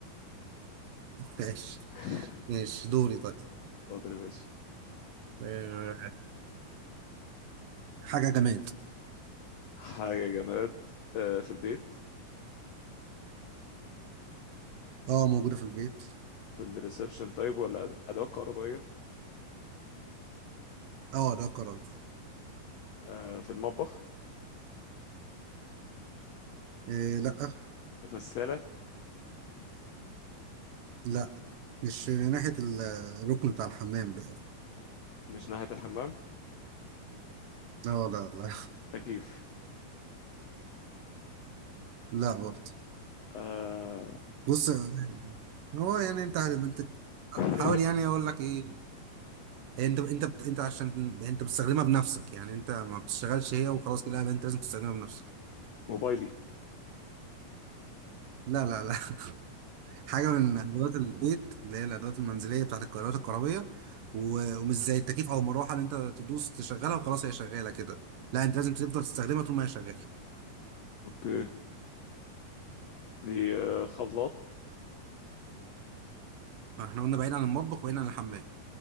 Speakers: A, on the right; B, on the left.
A: ماشي
B: اتفضل
A: ماشي دوري طيب
B: يا باشا
A: آه، حاجة جماد
B: حاجة جماد آه، في البيت
A: اه موجودة في البيت
B: في الريسبشن طيب ولا أد- أدوات كهربائية
A: اه ده قرار
B: آه، في المطبخ
A: آه، لا
B: غسالة
A: لا مش ناحية ال- الركن بتاع الحمام ده
B: مش ناحية الحمام
A: آه، لا لا لا
B: تكييف
A: لا برضه
B: آه،
A: بص آه، هو يعني انت انت
B: <laughs>
A: حاول يعني اقول لك ايه انت انت بت... انت عشان انت بتستخدمها بنفسك يعني انت ما بتشتغلش هي وخلاص كده لا انت لازم تستخدمها بنفسك
B: موبايلي
A: لا لا لا <laughs> حاجه من ادوات البيت اللي هي الادوات المنزليه بتاعت القراءات الكهربيه و... ومش زي التكييف او المروحه اللي انت تدوس تشغلها وخلاص هي شغاله كده لا انت لازم تفضل تستخدمها طول ما هي شغاله
B: اوكي دي آه، خلاط
A: ما احنا قلنا بعيد عن المطبخ وبعيد عن الحمام